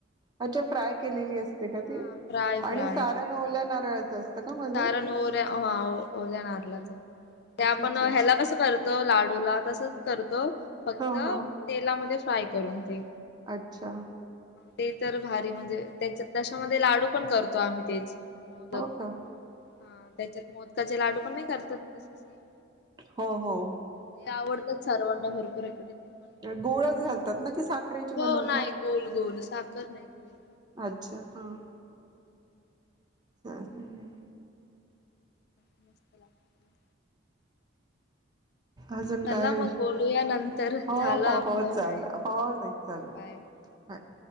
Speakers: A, on the right; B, on the left.
A: अच्छा फ्राय केलेली असते का
B: हा
A: ती?
B: फ्राय फ्राय
A: आणि सारण
B: करतात
A: ओल्या नारळाचं असतं. का मध्ये
B: सारण ओऱ्या हा ओल्या नारलाचं. ते
A: अच्छा
B: आपण
A: अच्छा
B: ह्याला कसं करतो लाडूला तसचं करतो. फक्त
A: हा हा
B: तेलामध्ये फ्राय करून ते.
A: अच्छा.
B: ते तर भारी म्हणजे त्याचा तश्यामध्ये लाडू पण करतो आम्ही तेच मोदक.
A: हो का
B: हा त्याच्यात मोदकाचे लाडू पण नाही करतात तसं सेम.
A: हो हो
B: ते आवडतात सर्वांना भरपूर इकडे ते पण
A: गुळच घालतात ना, कि साखरेची
B: हो
A: बनवतात?
B: नाही गोल गोल साखर नाही गोल
A: अच्छा हां. <inaudible> हुं.
B: <inaudible> मस्त लागतं.
A: अजून
B: चला
A: काय
B: मग
A: विषय?
B: बोलूया नंतर
A: हो-हो-हो
B: झालं आपलं
A: चाल, हो ताई चालेल.
B: बाय
A: पत